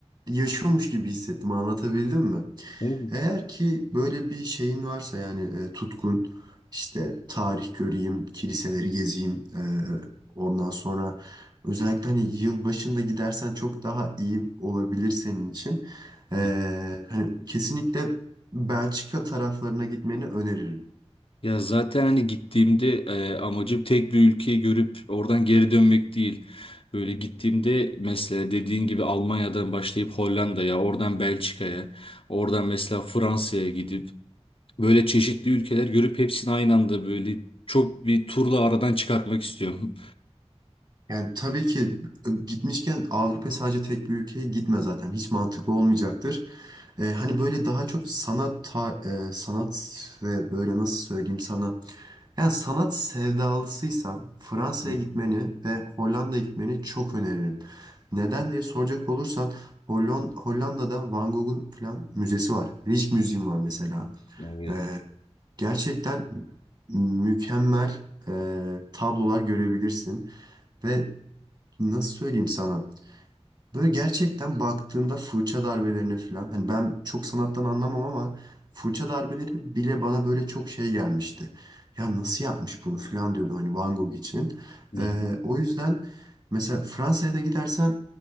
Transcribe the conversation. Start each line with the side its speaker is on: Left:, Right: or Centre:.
Right: yaşıyormuş gibi hissettim anlatabildim mi?
Left: hı.
Right: Eğer ki böyle bir şeyin varsa yani e, tutkun işte tarih göreyim, kiliseleri gezeyim, e, ondan sonra özellikle hani yıl başında gidersen çok daha iyi olabilir senin için. E,
Left: Hı.
Right: hani kesinlikle Belçika taraflarına gitmeni öneririm.
Left: Ya zaten hani gittiğimde e, amacım tek bir ülkeyi görüp oradan geri dönmek değil. Böyle gittiğimde mesela dediğin gibi Almanya'dan başlayıp Hollanda'ya, oradan Belçika'ya, oradan mesela Fransa'ya gidip Böyle çeşitli ülkeler görüp hepsini aynı anda böyle çok bir turla aradan çıkartmak istiyorum.
Right: Yani tabii ki e, gitmişken Avrupa sadece tek bir ülkeye gitme zaten hiç mantıklı olmayacaktır. E, hani böyle daha çok sanat ta- e, sanat ve böyle nasıl söyleyeyim sana Yani sanat sevdalısıysan Fransa'ya
Left: <laughs>
Right: gitmeni ve Hollanda'ya gitmeni çok öneririm. Neden diye soracak olursan Hollon- Hollanda'da Van Gogh'un falan müzesi var. Rijksmuseum Müziğim var mesela.
Left: Evet.
Right: Ee, gerçekten mükemmel e, tablolar görebilirsin. Ve nasıl söyleyeyim sana? Böyle gerçekten baktığında fırça darbelerine falan hani ben çok sanattan anlamam ama fırça darbeleri bile bana böyle çok şey gelmişti. Ya nasıl yapmış bunu falan diyordum hani Van Gogh için.
Left: Hı hı.
Right: Ee, o yüzden mesela Fransa'ya da gidersen